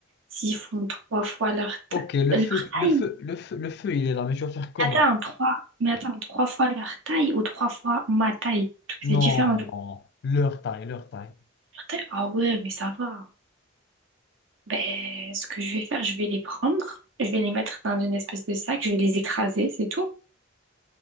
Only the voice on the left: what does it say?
Ok, le
feu, le
feu, le feu, le feu, il est là, mais tu vas faire comment?
Non,
non, leur taille, leur taille.